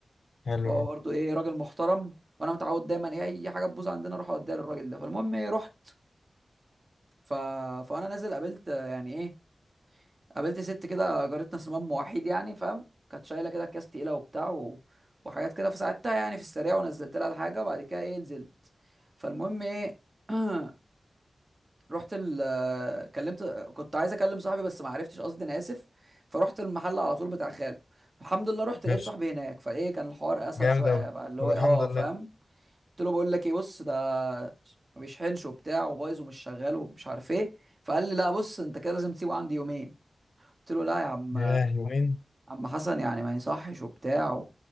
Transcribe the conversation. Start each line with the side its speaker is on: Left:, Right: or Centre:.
Left: حلو
Right: فهو
Left: اهو
Right: برضه ايه راجل محترم وانا متعود دايما ايه اي حاجه تبوظ عندنا اروح اوديها للراجل ده فالمهم ايه رحت ف... فانا نازل قابلت آه، يعني ايه قابلت ست كده جارتنا صمام وحيد يعني فاهم كانت شايله كده اكياس تقيله وبتاع و... وحاجات كده فساعدتها يعني في السريع ونزلت لها الحاجه وبعد كده ايه نزلت فالمهم ايه <clears throat> رحت ال آه، كلمت كنت عايز اكلم صاحبي بس ما عرفتش قصدي انا اسف فرحت المحل على طول بتاع خاله الحمد لله رحت لقيت
Left: ماشي
Right: صاحبي هناك فايه كان الحوار اسهل
Left: جامد
Right: شويه
Left: اوي
Right: بقى اللي
Left: طب
Right: هو
Left: الحمد
Right: إيه، اه
Left: لله
Right: فاهم قلت له بقول لك ايه بص ده ما بيشحنش وبتاع وبايظ ومش شغال ومش عارف ايه فقال لي لا بص انت كده لازم تسيبه عندي يومين قلت له لا يا عم
Left: ياه يومين
Right: عم حسن يعني ما يصحش وبتاع